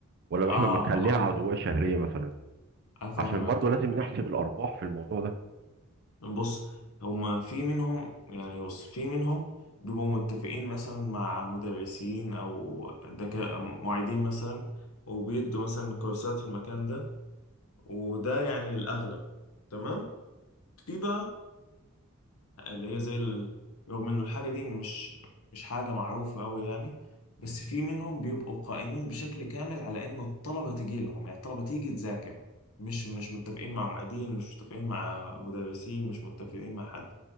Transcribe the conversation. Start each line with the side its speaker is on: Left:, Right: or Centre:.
Right: ولا
Left: اه
Right: إحنا بنخليها
Left: هقول
Right: عضوية
Left: لك
Right: شهرية مثلا
Left: افهمك
Right: عشان برضو لازم
Left: الدنيا.
Right: نحسب الأرباح في الموضوع ده
Left: بص هما في منهم يعني بص في منهم بيبقوا متفقين مثلا مع مدرسين او دك... معيدين مثلا وبيدوا مثلا كورسات في المكان ده وده يعني الاغلب تمام في بقى اللي هي زي ال... رغم إنه الحاجة دي مش مش حاجة معروفة أوي يعني بس
Right: م-
Left: في منهم بيبقوا قائمين بشكل كامل على إنه الطلبة تيجي لهم يعني الطلبة تيجي تذاكر مش مش متفقين مع معيدين مش متفقين مع مدرسين مش متفقين مع حد